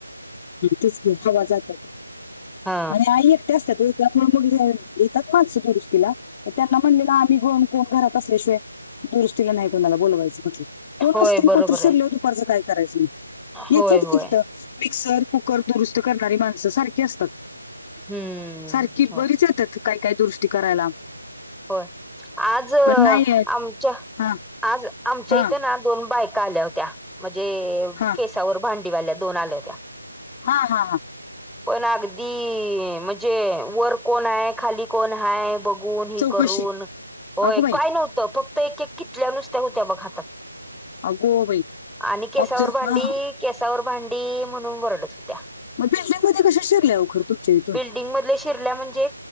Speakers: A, on the left; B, in the centre.
A: तेचकी हवां जाते
B: हा
A: आणि आई एक ते असतांत त्यांमुळे मंग हे येतांत माणसं दुरुस्तीला त्यांना म्हणलेलं आम्हीं गंन कोणं घरांत असल्यांशिवायं दुरुस्तीला नाहीं कोणांला बोलवायचं कोणंसते
B: होय बरोबर
A: कोत्र शिरं
B: आहे
A: ल दुपारचं कायं करायचं मंग
B: होय
A: येते
B: होय
A: कीथ मिक्सर कुकर दुरुस्तं करणारी माणसं सारखी असतांत
B: हम्म
A: सारखी
B: हो
A: बरीच येतांत कायं कायं दुष्टती करांयला
B: होयं आंज आमच्यां
A: नाही आहेत. हां,
B: आंज आमच्यां
A: हां,
B: इथं नां दोन बायकां आंल्या होत्यां म्हणजे
A: हां,
B: के त्यां वरं भांडी वाल्यां दोन आल्यां होत्यां
A: हां, हां, हां.
B: पणं अगदी म्हणजे वरं कोणं आहे खांली कोणं आहे बघं बोनं हे
A: चौकशी.
B: करूंन होयं
A: अगो बाई!
B: कायं नव्हतं फक्तं तरं एक एक कितल्यां नुसत्यां होत्यां बघं हातांत
A: अगो बाई!
B: आणि केसांवरं
A: ऑब्ज
B: भांडी
A: हां, हां.
B: केसांवरं भांडी म्हणूंन वोरडतं होत्यां
A: मग बिल्डिंगमध्येध्ये कसे शिरल्याव खर तुमच्या इथून <unintelligible>
B: डिंग मध शिरल्या म्हणजे,